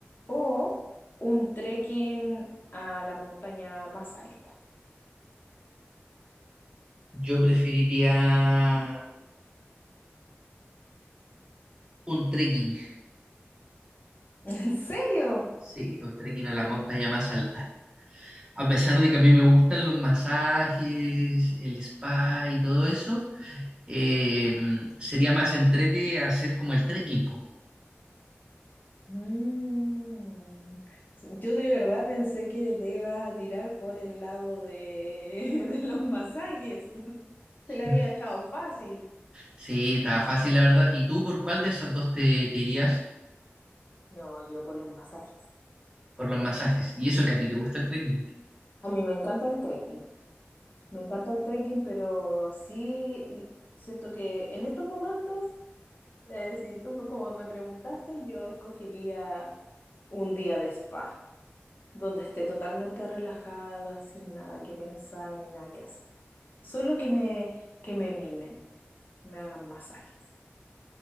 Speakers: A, on the left; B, on the right.
A: o un trekking a la montaña más alta.
B: Yo preferiría un trekking,
A: <laughs> ¿En serio?
B: sí, un trekking a la montaña más alta. A pesar de que a mí me gustan los masajes, el spa y todo eso, eh, sería más entrete hacer como el trekking, po.
A: Mm. Yo de verdad pensé que te iba a tirar por el lado de, <laughs> de los masajes. Te la
B: Mm.
A: había dejado fácil.
B: Sí, estaba fácil, la verdad. ¿Y tú por cuál de esas dos te, te irías
A: No, yo por los masajes.
B: por los masajes? Y eso que a ti te gusta el trekking.
A: A mí me encanta el trekking. Me encanta el trekking, pero sí n- siento que en estos momentos, eh, si tú me- como me preguntaste, yo escogería un día de spa. donde esté totalmente relajada, sin nada que pensar ni nada que hacer. Solo que me, que me mimen, me hagan masajes.